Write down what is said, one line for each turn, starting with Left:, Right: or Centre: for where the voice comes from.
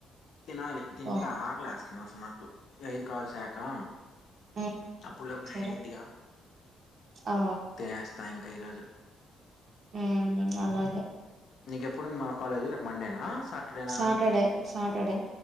Left: తినాలి, తింటా.
Right: ఓ
Left: ఆకలే ఏస్తోంది అసల్ నాకు, ఇగ ఐదు కాల్స్ అప్ కా.
Right: ఉమ్
Left: అప్పుట్లోపూ
Right: సరే
Left: నైన్ అయిద్దిగా,
Right: ఆ
Left: తినేస్తా ఇంక్ తిరాజు.
Right: ఉహుమ్ అలాగే.
Left: నీక్ ఎప్పుడుంది మా కాలేజ్ రేపు మండేనా, సాటర్డేనా.
Right: సాటర్డే సాటర్డే